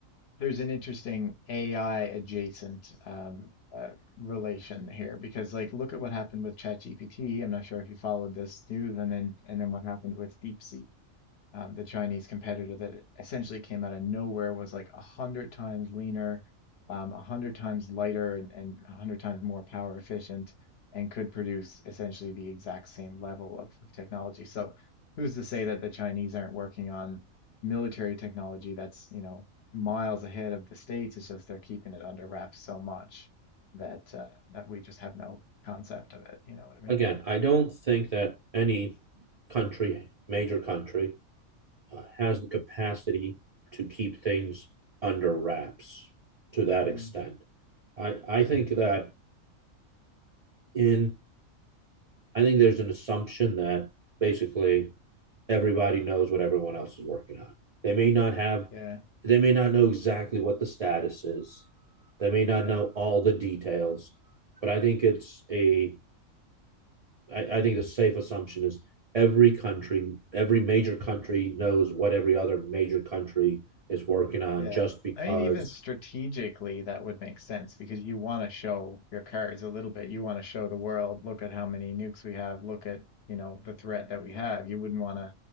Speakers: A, on the left; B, on the right.
A: there's an interesting AI adjacent um, uh, relation here because, like, look at what happened with ChatGPT. I'm not sure if you followed this news, and then and then what happened with DeepSeek. um, the Chinese competitor that essentially came out of nowhere, was like a hundred times leaner, um, a hundred times lighter, and, and a hundred times more power efficient, and could produce essentially the exact same level of, of technology. So, who's to say that the Chinese aren't working on military technology that's, you know, miles ahead of the States? It's just they're keeping it under wraps so much that uh, that we just have no concept of it. You know what I mean?
B: again, I don't think that any country, major country, uh, has the capacity to keep things under wraps to that
A: Mm.
B: extent. I, I think that in I think there's an assumption that basically everybody knows what everyone else is working on. They may not have
A: Yeah,
B: they may not know exactly what the status is. They may not
A: yeah.
B: know all the details, but I think it's a. I, I think the safe assumption is every country, every major country knows what every other major country is working on
A: Yeah.
B: just because
A: I mean, even strategically, that would make sense because you want to show your cards a little bit. You want to show the world, look at how many nukes we have, look at, you know, the threat that we have. You wouldn't want to